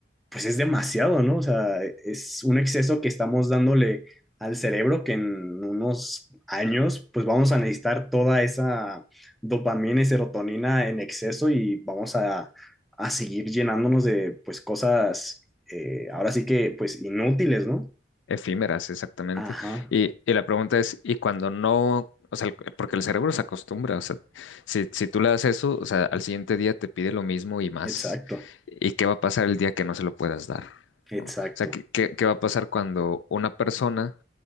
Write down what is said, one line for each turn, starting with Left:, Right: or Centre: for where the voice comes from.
Centre: pues es demasiado, ¿no? O sea, e, es un exceso que estamos dándole al cerebro que en unos años pues vamos a necesitar toda esa dopamina y serotonina en exceso y vamos a, a seguir llenándonos de pues cosas eh, ahora sí que pues inútiles, ¿no?
Left: Efímeras, exactamente.
Centre: Ajá,
Left: Y, y la pregunta es, ¿y cuando no, o sea, el- porque el cerebro se acostumbra, o sea, si, si tú le das eso, o sea, al siguiente día te pide lo mismo y más.
Centre: exacto,
Left: ¿Y qué va a pasar el día que no se lo puedas dar?
Centre: exacto.
Left: ¿no? O sea, ¿qué, qué- qué va a pasar cuando una persona,